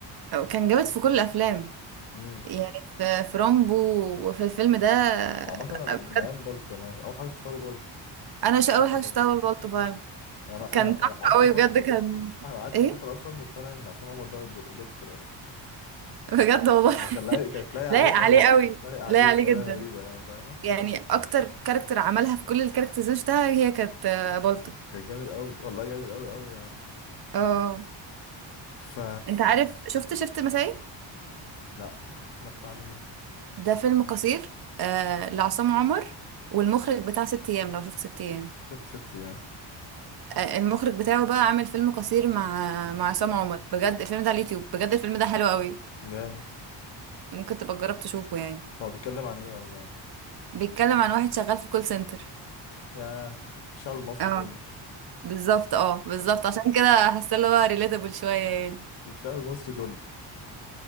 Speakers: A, on the right; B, on the left.
A: اه، كان جامد في كل الافلام
B: امم
A: يعني في في رامبو وفي الفيلم ده
B: وعامه أنا
A: اه،
B: من
A: بجد
B: ايام بالطو انا اول حاجه شفتها له بالطو
A: انا شو اول
B: مسلسل
A: حاجه
B: بالطو.
A: شفتها بابا الطباع
B: يعني انا
A: كان
B: انا
A: تحفه
B: انا قعدت
A: قوي
B: فتره
A: بجد كان
B: انا قعدت
A: ايه
B: فتره اصلا مقتنع ان عصام عمر ده دو- دكتور اصلا
A: بجد والله
B: هو كان لايق
A: <laughs>
B: كانت لايق عليه
A: لايق عليه
B: قوي
A: قوي
B: لايق عليه
A: لايق عليه
B: بطريقه
A: جدا
B: غريبه يعني فاهمه
A: يعني اكتر كاركتر عملها في كل الكاركترز اللي أنا شفتها هي كانت آه، بالطو
B: كان جامد قوي والله جامد قوي قوي يعني
A: اه
B: ف
A: انت عارف شفت شفت مسائي
B: لا ده بتاع مين
A: ده فيلم قصير آه لعصام عمر والمخرج بتاع ست ايام لو شفت ست ايام
B: شفت ست ده
A: آه، المخرج بتاعه بقى عامل فيلم قصير مع مع عصام عمر بجد الفيلم ده على اليوتيوب بجد الفيلم ده حلو قوي
B: جامد
A: ممكن تبقى تجرب تشوفه يعني
B: هو بيتكلم عن ايه ولا
A: بيتكلم عن واحد شغال في كول سنتر
B: يا الشعب المصري
A: اه
B: كله
A: بالظبط اه بالظبط عشان كده حاسه اللي هو ريليتابل شويه يعني
B: الشعب المصري كله